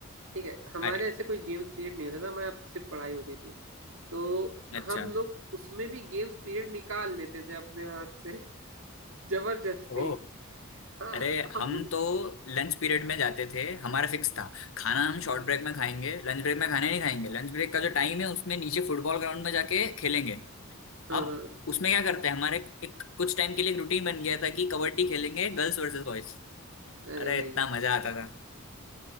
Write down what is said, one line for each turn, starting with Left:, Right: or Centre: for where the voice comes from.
Right: ठीक है हमारे
Left: अरे
Right: ऐसे कोई गेम्स पीरियड नहीं होता था हमारे यहाँ सिर्फ पढ़ाई होती थी तो
Left: अच्छा
Right: हम लोग उसमें भी गेम्स पीरियड निकाल लेते थे अपने हाथ से <laughs> जबरदस्ती
Left: ओ
Right: हाँ
Left: अरे
Right: हम
Left: हम
Right: लोग
Left: तो लंच पीरियड में जाते थे हमारा फिक्स था खाना हम
Right: हाँ
Left: शॉर्ट ब्रेक में खाएंगे लंच ब्रेक में खाना नहीं खाएंगे लंच ब्रेक का जो टाइम है उसमें नीचे फुटबॉल ग्राउंड में जाके खेलेंगे
Right: हाँ
Left: अब
Right: हाँ,
Left: उसमें क्या करते हैं हमारे एक कुछ टाइम के लिए एक रूटीन बन गया था कि कबड्डी खेलेंगे गर्ल्स वर्सेस बॉयज
Right: अरे
Left: अरे
Right: भाई
Left: इतना मजा आता था